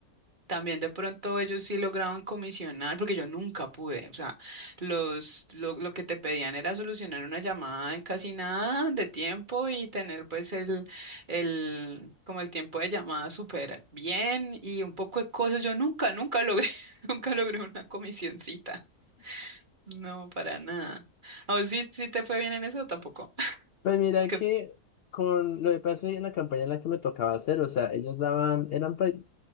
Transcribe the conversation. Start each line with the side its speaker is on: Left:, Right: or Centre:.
Right: también de pronto ellos sí lograban comisionar, porque yo nunca pude, o sea, los, lo, lo que te pedían era solucionar una llamada en casi nada de tiempo y tener pues el, el, como el tiempo de llamada súper bien y un poco de cosas. Yo nunca, nunca logré, <laughs> nunca logré una comisioncita. No, para nada. o vos sí, sí te fue bien en eso? Tampoco.
Left: Pues mira
Right: Que-
Left: que con lo que pasé en la campaña en la que me tocaba hacer, o sea, ellos daban, eran pra-